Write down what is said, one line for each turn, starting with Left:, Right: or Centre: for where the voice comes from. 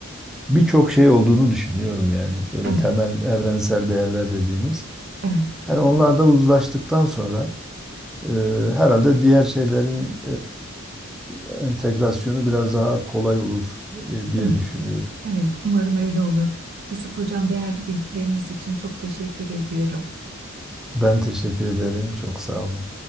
Centre: birçok şey olduğunu düşünüyorum yani. Böyle
Right: Evet,
Centre: temel evrensel değerler dediğimiz.
Right: evet,
Centre: Hani onlar da uzlaştıktan sonra e, herhalde diğer şeylerin e, entegrasyonu biraz daha kolay olur e, diye
Right: değil mi?
Centre: düşünüyorum.
Right: Evet, umarım öyle olur. Yusuf Hocam değerli bilgileriniz için çok teşekkür ediyorum.
Centre: Ben teşekkür ederim. Çok sağ olun.